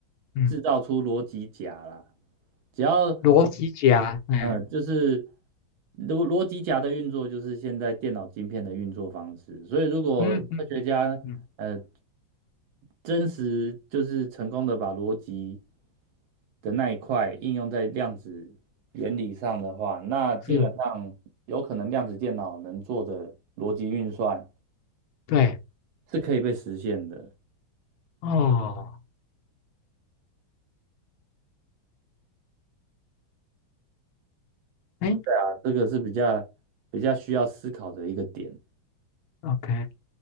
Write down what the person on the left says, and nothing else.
嗯，
逻辑甲，嗯
嗯嗯嗯，嗯
是，对，
哦，哎
，OK，